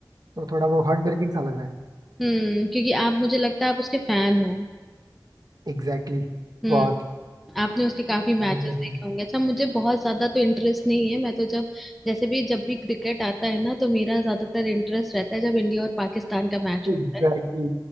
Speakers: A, on the right; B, in the centre.
A: तो थोड़ा वो हार्ट ब्रेकिंग सा लग रहा है
B: हम्म क्योंकि आप मुझे लगता है आप उसके फैन हो
A: एग्जैक्टली exactly,
B: हम्म
A: बहुत
B: आपने उसके काफी मैचेस
A: हार्ट ब्रेकिंग
B: देखे होंगे अच्छा मुझे बहुत ज्यादा तो इंटरेस्ट नहीं है मैं तो जब जैसे भी जब भी क्रिकेट आता है ना तो मेरा ज्यादातर इंटरेस्ट रहता है जब इंडिया और पाकिस्तान का मैच
A: एग्जैक्टली
B: होता